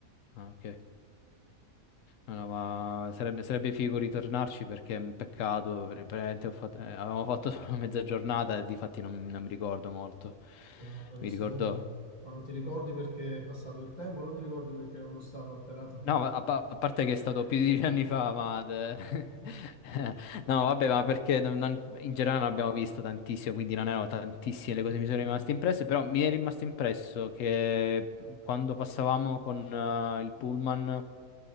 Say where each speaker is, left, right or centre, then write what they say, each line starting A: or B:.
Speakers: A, on the left (about 70°); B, on the left (about 30°).
A: ah, ok. No, no, ma sarebbe, sarebbe figo ritornarci perché è un peccato, per- veramente ho fatto- eh, avevamo fatto <laughs> solo mezza giornata e difatti non, non mi ricordo molto.
B: Vabbè, non avrei visto
A: Mi ricordo...
B: nulla. Ma non ti ricordi perché è passato il tempo? Non ti ricordi perché era uno stato alterato?
A: No, ma a, pa- a parte che è
B: <laughs>
A: stato più di dieci anni fa, ma... de- <laughs> No, vabbè, ma perché non- non- in generale non abbiamo visto tantissimo, quindi non erano tantissime
B: Ok,
A: le cose che mi sono rimaste
B: ok.
A: impresse, però mi è rimasto impresso che quando passavamo con eh, il pullman,